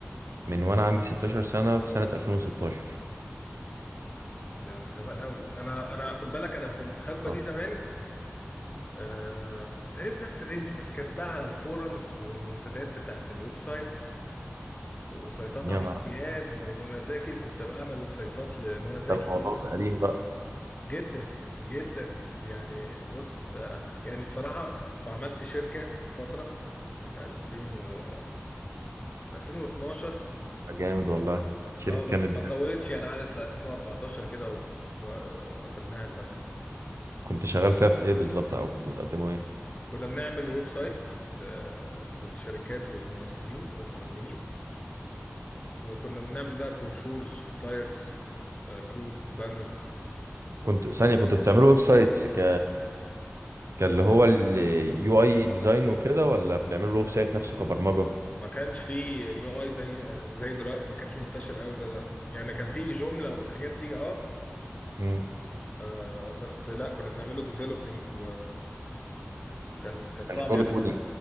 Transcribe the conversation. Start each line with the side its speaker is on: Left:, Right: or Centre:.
Right: من وانا عندي 16 سنه في سنه 2016
Left: ده من زمان قوي انا انا خد بالك انا في الحقبه
Right: آه.
Left: دي زمان أه... تعرف نفس الرينج بس كانت بقى على الفورums والمنتديات بتاعت الويب سايت وسايتات
Right: يعني
Left: عمرو دياب ومنى زكي وكنت بعمل ويب سايتات لمنى زكي
Right: ده الموضوع قديم بقى
Left: جدا جدا يعني بص آه، يعني بصراحه وعملت شركه فتره من 2000 و من 2012
Right: جامد والله الشركه
Left: اه بس
Right: كانت
Left: ما طولتش يعني قعدت ل 2014 كده و- و- وقفلناها للاسف
Right: كنت شغال فيها في ايه بالظبط او كنت بتقدموا ايه
Left: كنا بنعمل ويب سايتس ده للشركات والممثلين والمغنيين وكنا بنعمل بقى بروشورز فلايرز آه، كروت بانرز
Right: كنت ثانيه كنتوا بتعملوا ويب سايتس ك كان اللي هو اليو اي ديزاين وكده ولا بتعملوا الويب سايت نفسه كبرمجه
Left: ما كانش فيه يو اي زي آه، زي دلوقتي ما كانش منتشر قوي زي دلوقتي يعني كان فيه جملة والحاجات دي اه
Right: امم
Left: آه بس لا كنا بنعمله ديفلوبينج و... وكان كان صعب
Right: كان شغل
Left: يعني
Right: كودينج